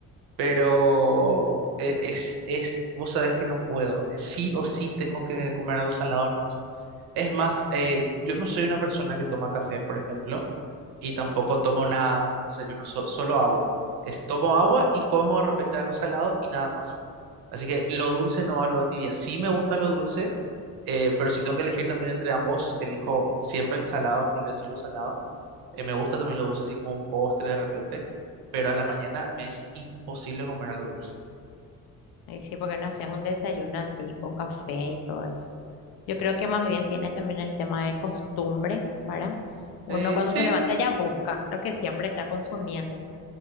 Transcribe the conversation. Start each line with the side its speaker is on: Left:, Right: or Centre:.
Right: Pero eh, es, es, vos sabés que no puedo. eh, Sí o sí tengo que comer algo salado nomás. Es más, eh, yo no soy una persona que toma café, por ejemplo, y tampoco tomo nada, desayuno, so- solo agua. Es, tomo agua y como de repente algo salado y nada más. Así que lo dulce no va lo de mi día. Sí me gusta lo dulce, eh, pero si tengo que elegir también entre ambos, elijo siempre el salado, mil veces lo salado. Eh, me gusta también lo dulce, así como un postre de repente, pero a la mañana me es imposible comer algo dulce.
Left: Ahí sí, porque no haces un desayuno así con café y todo eso. Yo creo que más bien tiene también el tema de costumbre, ¿verdad? Uno
Right: Eh,
Left: cuando
Right: sí,
Left: se levanta
Right: sí,
Left: ya busca lo que siempre está consumiendo.